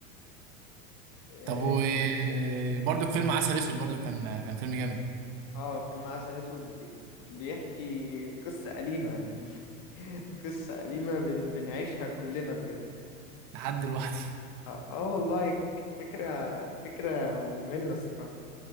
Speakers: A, on the left; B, on the right.
A: إيه...
B: طب وبرضو فيلم عسل اسود برضو كان كان فيلم جامد
A: اه فيلم عسل اسود بي- بيحكي قصة أليمة يعني <laughs> قصة أليمة بن بنعيشها كلنا بجد
B: لحد دلوقتي
A: اه آه والله ك- فكرة فكرة مملة الصراحة